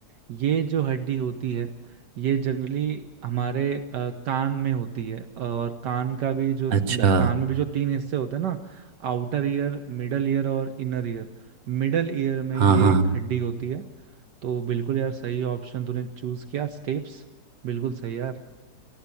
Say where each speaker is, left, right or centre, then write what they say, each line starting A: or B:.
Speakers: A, on the right (about 70°); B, on the right (about 55°).
A: ये जो हड्डी होती है ये जनरली हमारे अ, कान में होती है और कान का भी जो
B: अच्छा
A: कान में भी जो तीन हिस्से होते हैं ना आउटर ईयर मिडल ईयर और इनर ईयर मिडल ईयर में ये
B: हाँ हाँ
A: एक
B: हाँ।
A: हड्डी होती है तो बिल्कुल यार सही ऑप्शन तूने चूज किया स्टेप्स बिल्कुल सही यार